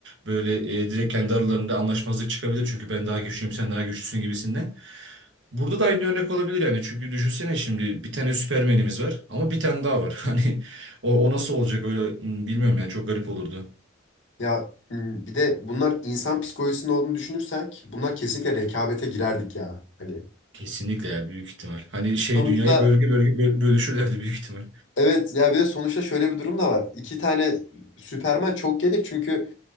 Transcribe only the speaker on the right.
Böyle e, direkt kendi aralarında anlaşmazlık çıkabilir. Çünkü ben daha güçlüyüm, sen daha güçlüsün gibisinden. Burada da aynı örnek olabilir yani. Çünkü düşünsene şimdi bir tane Süpermen'imiz var ama bir tane daha var. <laughs> Hani o, o nasıl olacak öyle hmm, bilmiyorum yani çok garip olurdu.
Kesinlikle ya büyük ihtimal. Hani şey
dünyayı bölge bölge bö- bölüşürlerdi büyük ihtimal.